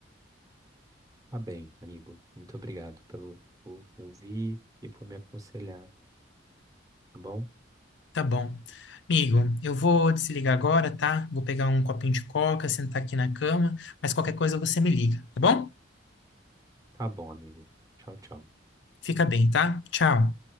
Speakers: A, on the right; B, on the left.
A: Tá bem, amigo. Muito obrigado pelo por me ouvir e por me aconselhar, tá bom?
B: Tá bom. Amigo, eu vou desligar agora, tá? Vou pegar um copinho de coca, sentar aqui na cama, mas qualquer coisa você me liga, tá bom?
A: Tá bom, amigo. Tchau, tchau.
B: Fica bem, tá? Tchau.